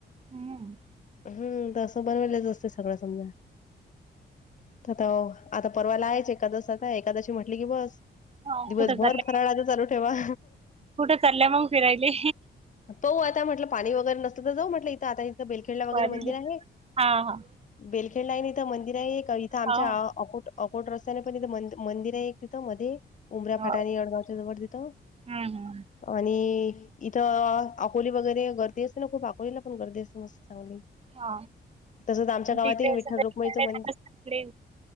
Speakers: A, on the right; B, on the left.
A: हम्.
B: हम् तसं बनवालंच असत सगळं समजा. आता आता परवाला आहेच एकादस आता एकादशी म्हटली की बस.
A: हा
B: दिवसभर
A: कुठं चालल्या
B: फराळा
A: मग?
B: आता चालू ठेवा.
A: कुठं चालल्या मग फिरायले?
B: पाहू आता म्हटलं पाणी वगैरे नसल तर जाऊ म्हटलं इथं आता इथं बेलखेडला वगैरे
A: वारीले?
B: मंदिर आहे.
A: हा हा.
B: बेलखेडला आहे इथं मंदिर आहे. का इथं आमच्या
A: हो.
B: अकोट- अकोट रस्त्याने का नि म मंदिर आहे एक तिथं मधे. उमरा
A: हो.
B: फाटानी अडगावच्या जवळ तिथ.
A: हम्म, हम्म.
B: आणि इथ- - थ -अकोली वगैरे गर्दी असते ना खूप? अकोलीला पण गर्दी असते मस्त. चांगली.
A: हा
B: तसच आमच्या गावातही
A: इकडे
B: विठ्ठल
A: सगळे
B: रखुमाईच मंद-
A: तिकडे